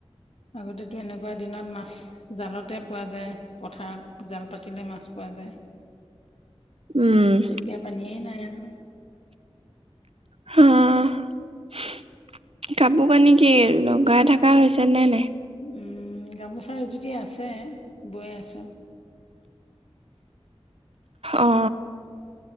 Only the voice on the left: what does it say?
আগতেতো এনেকুৱা দিনত মাছ জালতে পোৱা যায়, পথাৰত জাল পাতিলে মাছ পোৱা যায়।
এতিয়া পানীয়ে নাই আৰু।
উম গামোচা এ যদি আছে বৈ আছো।